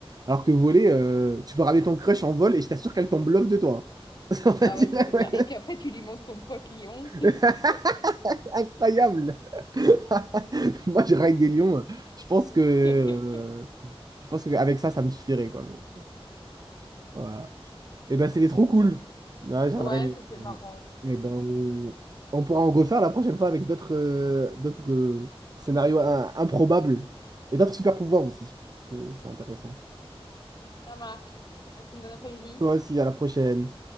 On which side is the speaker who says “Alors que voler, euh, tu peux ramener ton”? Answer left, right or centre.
Right